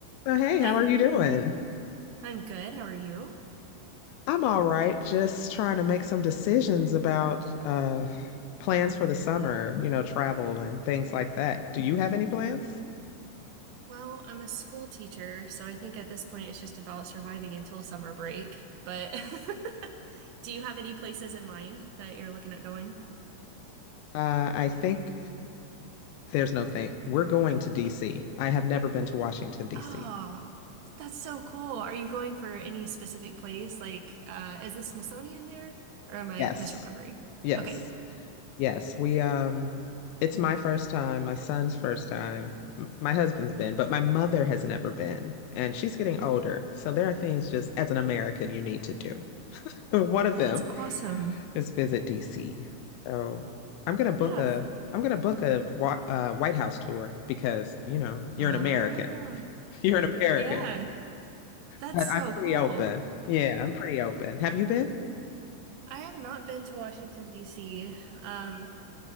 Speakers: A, on the left; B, on the right.
A: So, hey, how
B: Hey,
A: are you doing?
B: I'm good. How are you?
A: I'm all right. Just trying to make some decisions about uh plans for the summer, you know, travel and things like that. Do you have any plans?
B: Well, I'm a school teacher, so I think at this point it's just about surviving until summer break. But <laughs> do you have any places in mind that you're looking at going?
A: Uh, I think there's no thing. We're going to DC. I have never been to Washington, DC.
B: Oh, that's so cool. Are you going for any specific place? Like, uh, is the Smithsonian there? Or am I
A: Yes.
B: misremembering?
A: Yes.
B: Okay,
A: Yes. We um it's my first time, my son's first time. M- My husband's been, but my mother has never been, and she's getting older. So there are things just as an American you need to do. <laughs> One of
B: that's
A: them
B: awesome.
A: Just visit DC. So I'm gonna book
B: Yeah.
A: a
B: f-
A: I'm gonna book a, wa- uh White House tour because you know you're
B: Wow.
A: an American. <laughs> You're an American,
B: Yeah, that's
A: but
B: so
A: I'm pretty
B: cool.
A: open. Yeah, I'm pretty open. Have you been?
B: I have not been to Washington, D.C. Um,